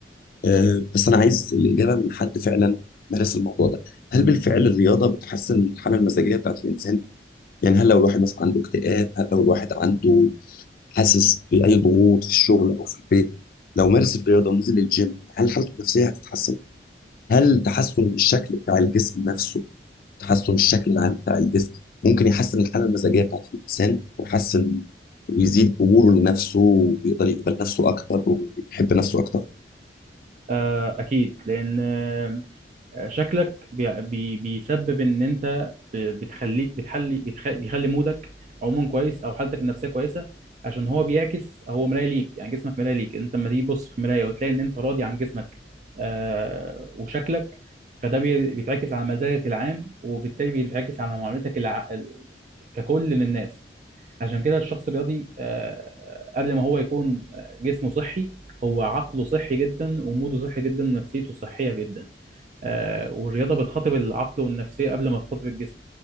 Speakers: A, on the left; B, on the right.
A: آه، بس انا عايز الاجابه من حد فعلا مارس الموضوع ده هل بالفعل الرياضه بتحسن من الحاله المزاجيه بتاعت الانسان يعني هل لو الواحد مثلا عنده اكتئاب هل لو الواحد عنده حاسس باي ضغوط في الشغل او في البيت لو مارس الرياضه ونزل الجيم هل حالته النفسيه هتتحسن هل تحسن الشكل بتاع الجسم نفسه تحسن الشكل العام بتاع الجسم ممكن يحسن الحاله المزاجيه بتاعت الانسان ويحسن ويزيد قبوله لنفسه ويقدر يقبل نفسه اكتر ويحب نفسه اكتر
B: آه، اكيد لان آه، شكلك بي بي بيسبب ان انت ب- بتخليك بتحلي بتخ... بيخلي مودك عموما كويس او حالتك النفسيه كويسه عشان هو بيعكس هو مرايه ليك يعني جسمك مرايه ليك انت لما تيجي تبص في مرايه وتلاقي ان انت راضي عن جسمك آه وشكلك فده بي... بيتعكس على مزاجك العام وبالتالي بيتعكس على معاملتك الع... ككل للناس عشان كده الشخص الرياضي آه قبل ما هو يكون آه، جسمه صحي هو عقله صحي جدا وموده صحي جدا ونفسيته صحيه جدا آه، والرياضه بتخاطب العقل والنفسيه قبل ما تخاطب الجسم